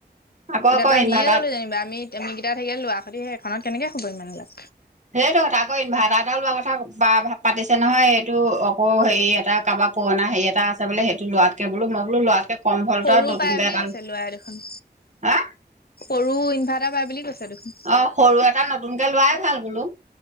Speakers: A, on the right; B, on the left.
A: আকৌ
B: কেতিয়াবা
A: আকৌ ইনভাৰ্টাৰ
B: আমিয়ে গ'লো যেনিবা, আমি আমি কেইটা থাকিলে ল'ৰা সতি সেইখনত কেনেকে শুবি ইমানগাল।
A: সেইটো তাকো ইনভাৰ্টাৰ এটা লোৱা কথা পাতিছে নহয়, এইটো আকৌ হেৰি এটা কাৰবা পোৱনা হেই এটা আছে বোলে, সেইটো লোৱাতকে বোলো মই বোলো লোৱাতকে কম ভল্টৰ
B: সৰু
A: নতুনকে
B: পাই বুলি
A: এটা
B: কৈছে
A: ল-
B: লৰাই দেখোন।
A: হা
B: সৰু ইনভাৰ্টাৰ পায় বুলি কৈছে। দেখোন
A: অ', সৰু এটা নতুনকে লোৱাই ভাল বোলো।